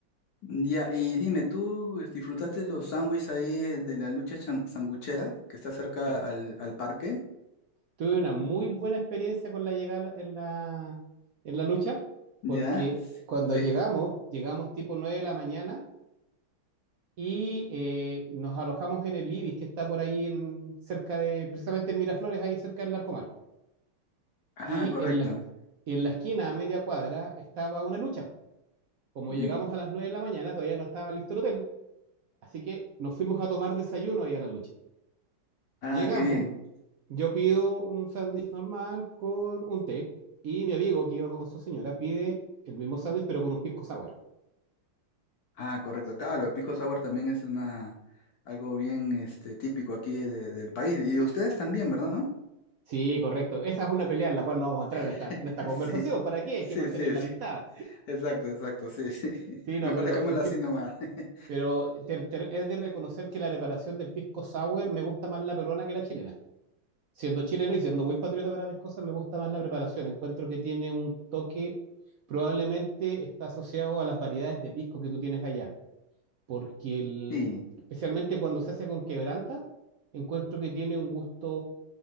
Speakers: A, on the left (about 65°); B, on the right (about 80°).
A: Ya, y dime, ¿tú eh, disfrutaste los sándwiches ahí eh, de la lucha chan- sanguchera que está cerca
B: Eh,
A: al, al parque?
B: tuve una muy buena experiencia con la llegada en la, en la lucha,
A: ¿Ya?
B: porque cuando
A: Sí.
B: llegamos, llegamos tipo 9 de la mañana y eh, nos alojamos en el Ibis, que está por ahí en, cerca de, precisamente en Miraflores, ahí cerca del Larcomar.
A: Ah,
B: Y
A: correcto.
B: en la, en la esquina, a media cuadra, estaba una lucha. Como
A: Mm,
B: llegamos a las 9 de la mañana, todavía no estaba listo el hotel, así que nos fuimos a tomar desayuno ahí a la lucha.
A: Ah,
B: Llegamos
A: qué bien.
B: Yo pido un sándwich normal con un té y mi amigo que iba con su señora pide el mismo sándwich pero con un pisco sour.
A: Ah, correcto. Claro, el pico sour también es una algo bien este típico aquí de- del país. Y de ustedes también, ¿verdad, no?
B: Sí, correcto. Esa es una pelea en la cual no vamos a entrar en
A: <laughs>
B: esta, en esta conversación.
A: Sí.
B: ¿Para qué?
A: Sí,
B: Hay que mantener
A: sí,
B: la
A: sí.
B: amistad.
A: Exacto, exacto, sí, sí. <laughs>
B: Sí, no,
A: Mejor
B: pero,
A: dejémoslo
B: el, pis-
A: así nomás. <laughs>
B: pero te- te- es de reconocer que la preparación del pisco sour me gusta más la peruana que la chilena. Siendo chileno y siendo muy patriota para mis cosas, me gusta más la preparación. Encuentro que tiene un toque, probablemente está asociado a las variedades de pisco que tú tienes allá. porque el-
A: Sí.
B: especialmente cuando se hace con quebranta, encuentro que tiene un gusto,